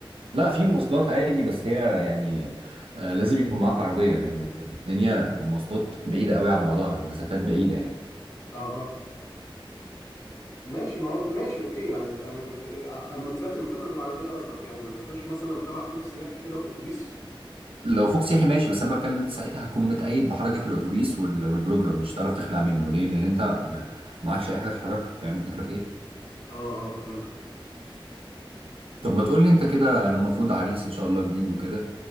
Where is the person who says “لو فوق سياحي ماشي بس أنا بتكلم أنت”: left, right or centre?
Right